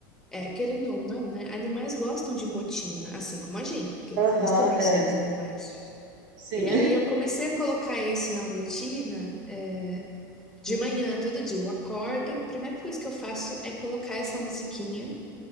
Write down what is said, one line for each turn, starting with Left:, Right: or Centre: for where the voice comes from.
Centre: É, querendo ou não, né? Animais gostam de rotina, assim como a gente, porque
Right: aham,
Centre: nós também
Right: é,
Centre: somos animais.
Right: sim.
Centre: E aí eu comecei a colocar isso na rotina, é, de
Right: <laughs>
Centre: manhã, todo dia. Eu acordo, a primeira coisa que eu faço é colocar essa musiquinha